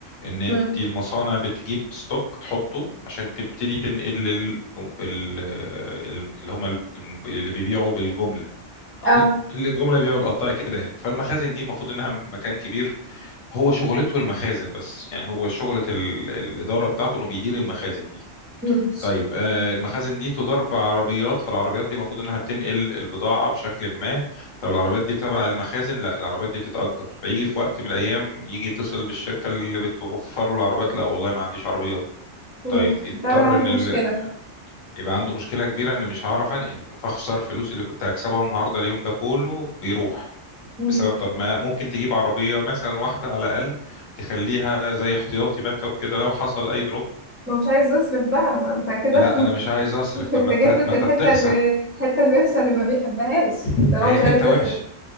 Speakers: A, on the left; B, on the right.
A: ان انت
B: امم
A: المصانع بتجيب ستوك تحطه عشان تبتدي تنقل لل... ال... ال- اللي هم ال- اللي بيبيعوا بالجمله
B: اه
A: بت- اللي الجمله بيبيعوا القطاع كده يعني فالمخازن دي المفروض انها مكان كبير هو شغلته المخازن بس يعني هو شغله ال... الاداره بتاعته انه بيدير المخازن دي
B: امم
A: طيب آه، المخازن دي تدار بعربيات فالعربيات دي المفروض انها بتنقل البضاعة بشكل ما طب العربيات دي تبع المخازن لا العربيات دي بتتأجر فيجي في وقت من الأيام يجي يتصل بالشركة اللي بتوفر له العربيات لا والله ما عنديش عربيات
B: امم
A: طيب يضطر
B: طبعا عنده
A: ان
B: مشكله
A: ال... يبقى عنده مشكلة كبيرة ان مش هعرف انقل فاخسر فلوس اللي كنت هكسبها النهاردة اليوم ده كله بيروح
B: امم
A: بسبب طب ما ممكن تجيب عربية مثلا واحدة على الأقل تخليها زي احتياطي باك اب كده لو حصل أي دروب
B: ما مش عايز يصرف بقى ما انت كده
A: لا
B: <laughs>
A: انا مش عايز اصرف
B: <laughs>
A: طب
B: انت
A: ما انت
B: جيت له
A: ما
B: في
A: انت
B: الحته
A: بتخسر
B: اللي الحته الوحشه اللي ما بيحبهاش
A: ما
B: انت هو
A: هي
B: مش
A: حته
B: عايز يصرف
A: وحشه